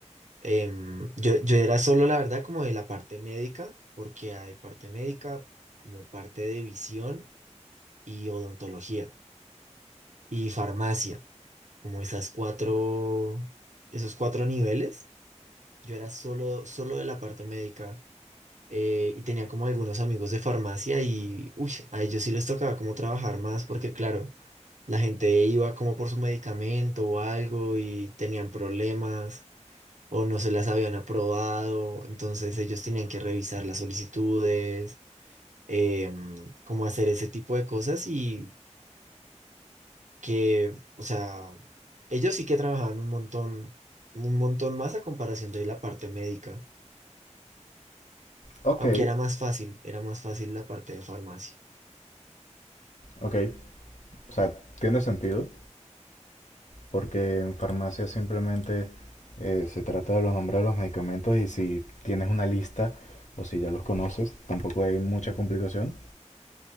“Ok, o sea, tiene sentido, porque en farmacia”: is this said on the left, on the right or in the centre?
Left